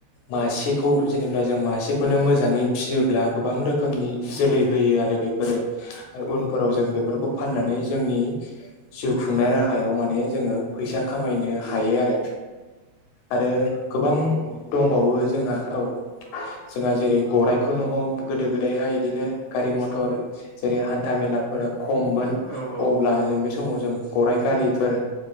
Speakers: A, on the left; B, on the right.
A: मासेखौ
B: औ
A: जेनेबा जों मासे बेखौनो मोजाङै फिसियोब्ला गोबां रोखोमनि जोलै होयो आरो बेफोरो आरो उनफोराव जों बेफोरखौ फाननानै
B: नंगौ
A: जोंनि जिउ खुंनाय राहायाव माने जोङो फैसा खामायनो हायो आरो आरो गोबां
B: औ नंगौ औ औ औ
A: दंबावो
B: नंगौ
A: जोंहा औ जोंहा जेरै गरायाइखौनो हख गोदो गोदायहाय बिदिनो गारि मथर जेरै हान्था मेलाफोराव खममोन
B: औ नोंथां नंगौ औ
A: अब्ला
B: नंगौ नोंथां औ नंगौ औ
A: जों
B: औ
A: बे समाव जों गराइ गारि फोर